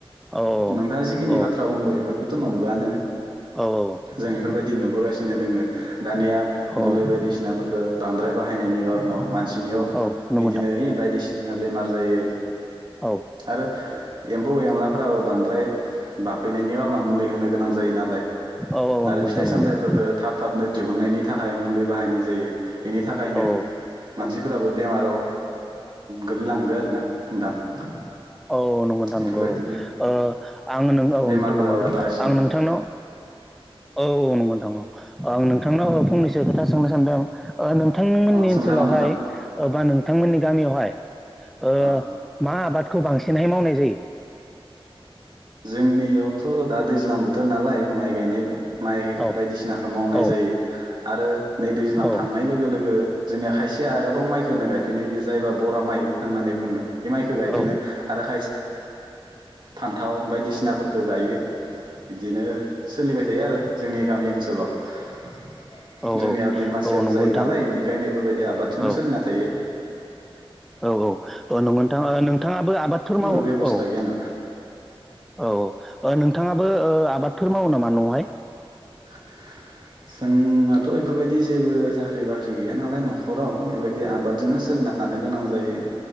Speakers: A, in the centre; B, on the right.
A: औ
B: नोंथाङा जिखिनि
A: औ
B: बाथ्रा बुंबाय बेफोरबोथ' नंगोआनो
A: औ औ
B: जों बेफोरबायदि नुबोगासिनो दोङो दानिया मुलि
A: औ
B: बायदिसिनाफोरखौ बांद्राय बाहायनायनि मानसिनियाव
A: औ नंगौ
B: बिदिनो
A: नोंथां
B: बायसिना बेमार जायो
A: औ
B: आरो एम्फौ एनलाफोराबो बांद्राय बाफैनायनि खारनाव मुलि होनो गोनां जायो नालाय
A: औ औ
B: आरो
A: नंगौ नोंथां
B: फिथाइ
A: नंगौ
B: सामथाइफोरफोरखौ थाब थाबनो दिहुननायनि थाखाय मुलि बाहायनाय जायो बेनि थाखायनो
A: औ औ
B: मानसिफोराबो बेमाराव गोग्लैलांदो आरोना नोंथां?
A: औ नंगौ नोंथां
B: बेफोरबायदिनो
A: नंगौ। ओ आं नों औ
B: बेमारफोराबो
A: नोंथां नंगौ नोंथां
B: बारासिनो
A: आं नोंथांनाव औ औ नंगौ नोंथां आं नोंथांनाव फंनैसो खोथा सोंनो सानदों। ओ नोंथांमोननि
B: औ सोंजागोन
A: ओनसोलावहाय
B: नोंथां
A: बा नोंथांमोननि गामियावहाय ओ
B: औ
A: मा आबादखौ बांसिनहाय मावनाय जायो?
B: जोंनियावथ' दा दैज्लां बोथोर नालाय माइ गायनाय माइ
A: औ
B: बायदिसिनाखौ मावनाय
A: औ
B: जायो आरो नै दैज्लां
A: औ
B: थांनाय लोगो लोगो जोंनिया खायसेया आरोबाव माइखौ गायफिनाय बे जायबा बरा माइ होननानै बुङो बे माइखौ गायफिनो
A: औ
B: आरो खायसे फान्थाव बायदिसिनाफोरखौ गायो बिदिनो सोलिबाय थायो आरो। जोंनि गामि ओनसोलाव
A: औ
B: जोंनिया दैमासेर
A: औ नंगौ
B: जायो
A: नोंथां
B: नालाय बेनिखायनो बेफोरबायदि आबादजोंनो
A: औ
B: सोलिना थायो।
A: औ औ औ नंगौ नोंथां नोंथाङाबो आबादफोर
B: बे
A: मावो
B: बेब'स्था
A: औ।
B: गैया ना
A: औ नोंथाङाबो ओ आबादफोर मावो नामा न'आवहाय?
B: थ <unintelligible> जोंनाथ' बेफोरबायदि जेबो साख्रि बाख्रि गैया नालाय न'खराव बेबायदि आबादजोंनो सो ना थानो गोनां जायो